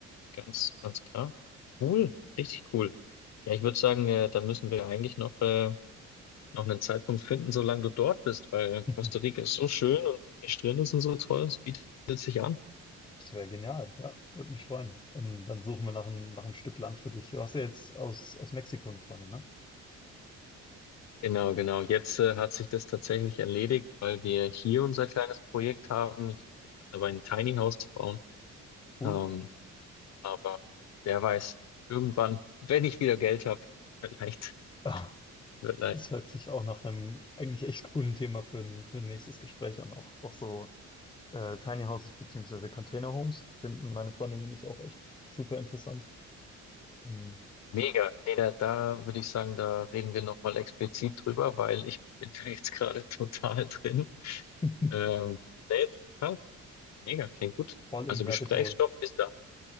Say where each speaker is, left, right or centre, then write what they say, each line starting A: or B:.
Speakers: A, on the left; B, on the left.
A: ganz, ganz klar. Cool, richtig cool. Ja, ich würde sagen, äh, da müssen wir eigentlich noch äh, noch einen Zeitpunkt finden, solange du dort bist, weil Costa
B: <laughs>
A: Rica ist so schön und die Strände sind so toll, es bietet sich an.
B: Das wäre genial, ja. Würde mich freuen. Und dann suchen wir nach ein, nach einem Stück Land für dich. Du hast ja jetzt aus, aus Mexiko eine Freundin, ne?
A: Genau, genau. Jetzt äh, hat sich das tatsächlich erledigt, weil wir hier unser kleines Projekt haben. Ich bin gerade dabei, ein Tiny House zu bauen.
B: Cool.
A: Ähm,
B: <laughs>
A: aber wer weiß, irgendwann, wenn ich wieder Geld habe, vielleicht,
B: Ah,
A: vielleicht.
B: Das hört sich auch nach einem eigentlich echt coolen Thema für ein, für ein nächstes Gespräch an. Auch, auch so Äh, Tiny Houses beziehungsweise Container Homes finden meine Freundin und ich auch echt super interessant.
A: ja.
B: Ähm,
A: Mega. Nee, da, da würde ich sagen, da reden wir nochmal explizit drüber, weil ich bin da jetzt gerade <laughs> total drin.
B: <laughs>
A: Ähm, nee, total Mega, klingt gut.
B: Voll
A: Also
B: im
A: Gesprächsstoff
B: Rabbit Hole.
A: ist da.